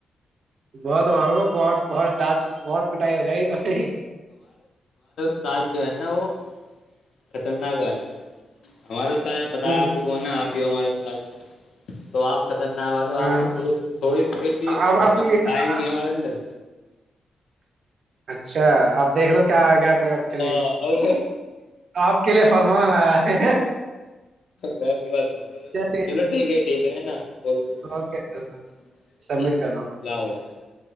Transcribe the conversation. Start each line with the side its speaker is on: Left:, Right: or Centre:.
Right: بہت ہمار کو بہت بہت دانت بہت پٹائی ہو جائے گی تاری
Left: سج جو ہے نا وہ خطرناک والے ہیں ہمارے اسب پتا
Right: ہوں
Left: ہے آپ کو کون ہے آپ ہمارے پاس تو آپ خطرناک والو
Right: ہاں
Left: آپ سے تھی تھوڑی تھوڑی سی
Right: اب
Left: حرکت
Right: اب
Left: آئیں گی ہے ہمارے اندر
Right: اچھا اب دیکھ لو کیا آ گ آ کے لیے
Left: ہاں اب
Right: آپ کے لیے فرمان آیا ہے
Left: وم کی بات مان ل
Right: چلیے
Left: چلو ٹھیک ہے ٹھیک ہے نا اللام
Right: اوکے سبمٹ کر دو
Left: علیکم